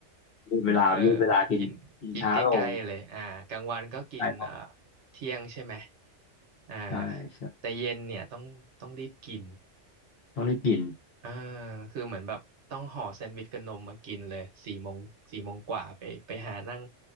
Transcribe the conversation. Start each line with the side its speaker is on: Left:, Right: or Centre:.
Left: ยืดเวลายืดเวลากินกินช้าลง
Right: เออกินกินใกล้ๆ เลยอ่ากลางวันก็กินเอ่อ
Left: ใช่ต้อง
Right: เที่ยงใช่ไหมอ่า
Left: ใช่ใช่
Right: แต่เย็นเนี่ยต้องต้องรีบกิน
Left: ต้องรีบกิน
Right: อ่าคือเหมือนแบบต้องห่อแซนด์วิชกับนมมากินเลยสี่โมงสี่โมงกว่าไปไปหานั่ง